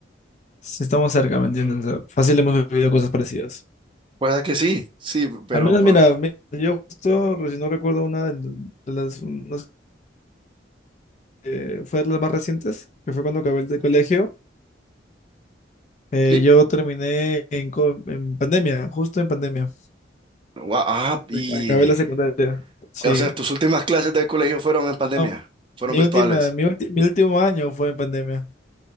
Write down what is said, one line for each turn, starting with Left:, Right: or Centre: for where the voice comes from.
Left: sí estamos cerca, ¿me entiendes? O sea, fácil hemos vivido cosas parecidas.
Right: Puede que sí, sí, pero,
Left: Al menos,
Right: pero-
Left: mira, mi- yo justo, si no recuerdo una del- de, las, unas que fue de las más recientes, que fue cuando acabé el de colegio. Eh,
Right: sí.
Left: yo terminé en, co- en pandemia, justo en pandemia.
Right: Gua- ah, y,
Left: Ac- Acabé la secundaria. Sí.
Right: o sea, tus últimas clases del colegio fueron en pandemia,
Left: No,
Right: fueron
Left: mi
Right: virtuales,
Left: última, mi ulti- mi último año fue en pandemia.